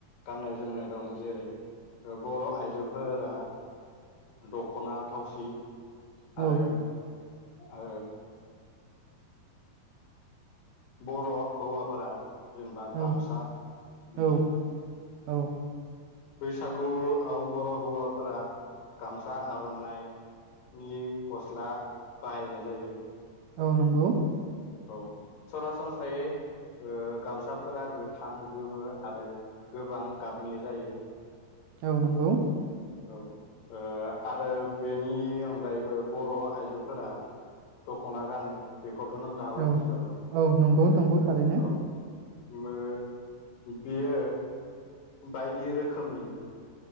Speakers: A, on the left; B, on the right.
A: गाननाय जोमनाय दं जेरै बर' आइजोफोरा दख'ना थावसि
B: औ
A: आरो ओ बर' हौवाफोरा जेनेबा
B: औ
A: गामसा
B: औ
A: बिदि
B: औ
A: बैसागुआव बर' हौवाफोरा गामसा आर'नाइनि गस्ला बाहायनाय जायो
B: औ नंगौ
A: औ सरासनस्रायै ओ गामसाफोरा गोथां गोमो आरो गोबां गाबनि जायो
B: औ नंगौ
A: औ ओ आरो बेनि अनगायैबो बर' आइजोफोरा दख'ना गानो बेखौथ' नोंथाङाबो
B: औ
A: मिनथिखागौ
B: औ नंगौ नंगौ थारैनो
A: औ मा बेयो बायदि रोखोमनि